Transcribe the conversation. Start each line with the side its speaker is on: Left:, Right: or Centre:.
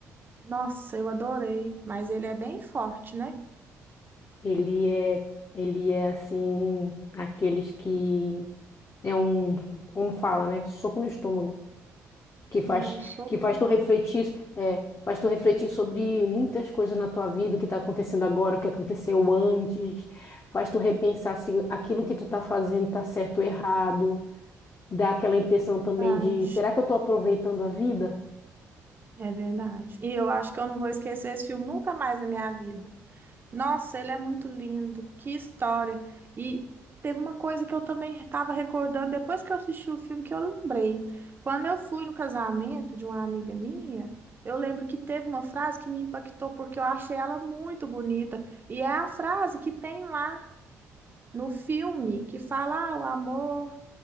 Right: Nossa, eu adorei. Mas ele é bem forte, né?
Left: Ele é, ele é assim, aqueles que é um, como fala, né? Soco no estômago, que faz,
Right: É um soco
Left: que faz
Right: de
Left: tu refletir, é, faz tu refletir sobre muitas coisas na tua vida, o que tá acontecendo agora, o que aconteceu antes, faz tu repensar se aquilo que tu tá fazendo tá certo ou errado, dá aquela impressão também
Right: verdade.
Left: de, será que eu tô aproveitando a vida?
Right: É verdade. E eu acho que eu não vou esquecer esse filme nunca mais na minha vida. Nossa, ele é muito lindo, que história. E teve uma coisa que eu também estava recordando depois que eu assisti o filme que eu lembrei. Quando eu fui no casamento de uma amiga minha, eu lembro que teve uma frase que me impactou porque eu achei ela muito bonita. E é a frase que tem lá no filme que fala: ah, o amor